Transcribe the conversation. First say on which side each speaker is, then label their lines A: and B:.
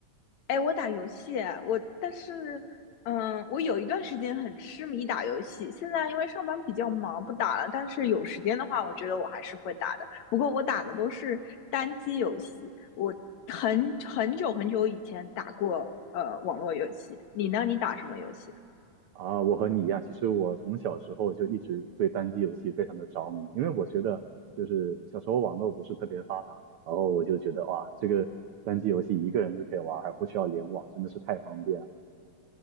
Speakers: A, on the left (about 70°); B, on the right (about 75°).
A: 哎，我打游戏，我但是，嗯，我有一段时间很痴迷打游戏，现在因为上班比较忙，不打了。但是有时间的话，我觉得我还是会打的。不过我打的都是单机游戏，我很很久很久以前打过呃网络游戏。你呢？你打什么游戏？
B: 啊，我和你一样，其实我从小时候就一直对单机游戏非常的着迷，因为我觉得就是小时候网络不是特别发达嘛，然后我就觉得哇，这个单机游戏一个人就可以玩，还不需要联网，真的是太方便了